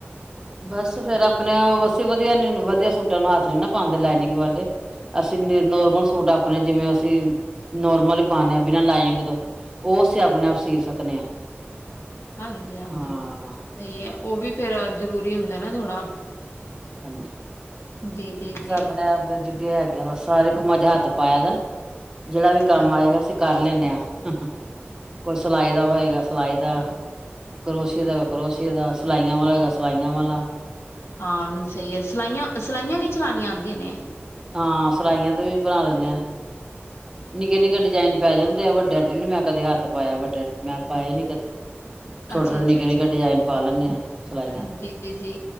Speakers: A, on the right; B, on the left.
A: ਬਸ ਫੇਿਰ ਆਪਣੇ ਵਸੀ ਵਧੀਆ ਨ ਵਧੀਆ ਸੂਟਾਂ ਨੂੰ ਹੱਥ ਨੀ ਨਾ ਪਾਉਂਦੇ ਲਾਈਨਿੰਗ ਵਾਲੇ ਅਸੀਂ ਨੋਰਮਲ ਸੂਟ ਆਪਣੇ ਜਿਵੇਂ ਅਸੀਂ ਨੋਰਮਲ ਹੀ ਪਾਉਦੇ ਹਾਂ ਬਿਨਾਂ ਲਾਈਨਿੰਗ ਤੋਂ ਉਹ ਅਸੀਂ ਆਪਣੇ ਆਪ ਸੀ ਸਕਦੇ ਹਾਂ
B: ਹਾਂਜੀ ਹਾਂਜੀ
A: ਹਾਂ
B: ਸਹੀ ਹੈ ਉਹ ਵੀ ਫੇਰ ਜ਼ਰੂਰੀ ਹੁੰਦਾ ਨਾ ਥੋੜਾ
A: ਹਾਂਜੀ,
B: ਜੀ ਜੀ
A: ਬਸ
B: ਜੀ
A: ਆਪਣੇ ਆਪ ਜੁਗੇ ਹੈਗੇ, ਆ ਸਾਰੇ ਕੁ ਮਜਾ ਹੱਥ ਪਾਇਆ ਦਾ। ਜਿਹੜਾ ਵੀ ਕੰਮ
B: ਹਾਂਜੀ
A: ਆਏਗਾ, ਅਸੀਂ ਕਰ ਲੈਦੇ ਹਾਂ ਕੋਈ ਸਿਲਾਈ ਦਾ ਹੋਏਗਾ। ਸਿਲਾਈ ਦਾ ਕਰੋਸ਼ਏ ਦਾ ਕਰੋਸ਼ੀਏ ਦਾ ਸਿਲਾਈਆਂ ਵਾਲਾ ਗਾ ਸਿਲਾਈਆਂ ਵਾਲਾ,
B: ਹਾਂ ਨਹੀਂ ਸਹੀ ਹੈ, ਸਿਲਾਈਆਂ-ਸਿਲਾਈਆਂ ਵੀ ਚਲਾਉਣੀਆਂ ਆਉਂਦੀਆਂ ਨੇ,
A: ਹਾਂ ਸਿਲਾਈਆਂ ਤੇ ਵੀ ਬਣਾ ਲੈਂਦੇ ਹਾਂ, ਨਿੱਕੇ-ਨਿੱਕੇ
B: ਉਹ ਵੀ
A: ਡਿਜਾਇਨ।
B: ਸਹੀ।
A: ਪੈ ਜਾਂਦੇ ਆ ਵੱਡੇ ਇੱਧਰ ਨੀ ਮੈਂ ਕਦੇ ਹੱਥ ਪਾਇਆ ਵੱਡੇ ਮੈਂ ਪਾਇਏ ਨੀ ਕਦੇ, ਛੋਟੇ
B: ਅੱਛਾ,
A: ਛੋਟੇ
B: ਅੱਛਾ,
A: ਨਿੱਕੇ
B: ਅੱਛਾ,
A: ਨਿੱਕੇ ਡਿਜ਼ਾਇਨ ਪਾ ਲੈਂਦੇ ਆ ਸਿਲਾਈਆਂ
B: ਹਾਂਜੀ ਜੀ